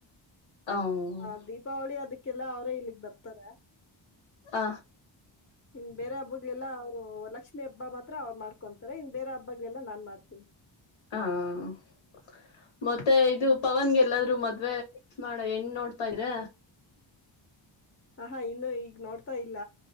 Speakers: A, on the left; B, on the left.
A: ಹ ಹ
B: ಹಾ ದೀಪಾವಳಿ ಅದಕ್ಕೆ ಕ್ಕೆಲ್ಲ ಅವ್ರೇ ಇಲ್ಲಿಗ್ ಬರ್ತಾರ
A: ಹ
B: ಇನ್ ಬೇರೆ ಹಬ್ಬಗ್ಲೆಲ್ಲಾ ಅವರು ಲಕ್ಷ್ಮೀ ಹಬ್ಬ ಮಾತ್ರ ಅವ್ರು ಮಾಡ್ಕೊಂತಾರೆ ಇನ್ ಬೇರೆ ಹಬ್ಬಗ್ಲೆಲ್ಲ ನಾನ್ ಮಾಡ್ತೀನಿ
A: ಹಾ ಮತ್ತ ಮತ್ತೆ ಇದು ಪವನ್
B: ಹ್ಮ್
A: ಗೆಲ್ಲಾದ್ರು ಮದ್ವೆ ಮಾಡ ಎಣ ನೋಡ್ತಾ ಇದ್ರ
B: ಹ ಹಾ ಇನ್ನು ಈಗ್ ನೋಡ್ತಾ ಇಲ್ಲ